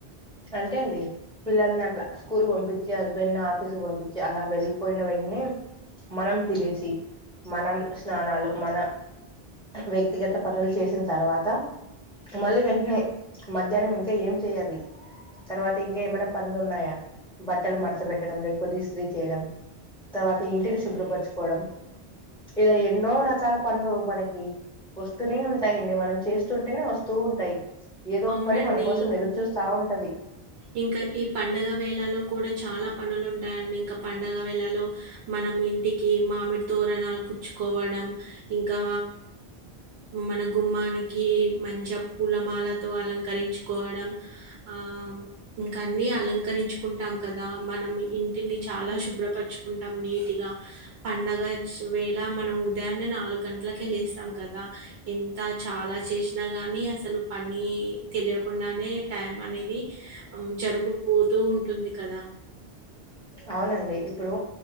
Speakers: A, in the centre; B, on the right.
A: అంటే ఏంది పిల్లల్ని అట్లా స్కూల్ పంపించేయాలా హస్బెండ్ ని ఆఫీస్ క పంపించేయాలా అలా వెళ్ళిపోయిన వెంటనే మనం తిరేసి మనం స్నానాలు మన వ్యక్తిగత పనులు చేసిన తర్వాత మళ్ళీ వెంటనే మధ్యాహ్నం ఇంకా ఏం చేయ్యాలి తర్వాత ఇంకా ఏమైనా పనులు ఉన్నాయా బట్టలు మర్త పెట్టడం లేకపోతే ఇస్త్రీ చేయడం తర్వాత ఇంటిని శుభ్రపరచుకోవడం ఇలా ఎన్నో రకాల పనులు మనకి వస్తూనే ఉంటాయండి మనం చేస్తుంటేనే వస్తూ ఉంటాయి. ఏదో ఒక
B: అవునండి.
A: పని మన కోసం
B: ఇం-
A: ఎదురు చూస్త ఉంటది.
B: ఇంకా ఈ పండగ వేళలో కూడా చాలా పనులు ఉంటాయండి ఇంకా పండగ వేళలో మన మనం ఇంటికి మామిడి తోరణాలు కుచ్చుకోవడం ఇంకా మనం గుమ్మానికి మంచి పూలమాలతో అలంకరించుకోవడం ఆ ఇంకా అన్ని అలంకరించుకుంటాం కదా మనం ఇంటిని చాలా శుభ్రపరచుకుంటాం నీట్ కొద్దిగా పండగ వేళ మనం ఉదయాన్నే నాలుగు గంటలకే లేస్తాం కదా ఎ ఎంత చాలా చేసినా గానీ అసలు పని తెలియకుండానే టైం అనేది జరుగుపోతూ ఉంటుంది కదా
A: అవునండి ఇప్పుడు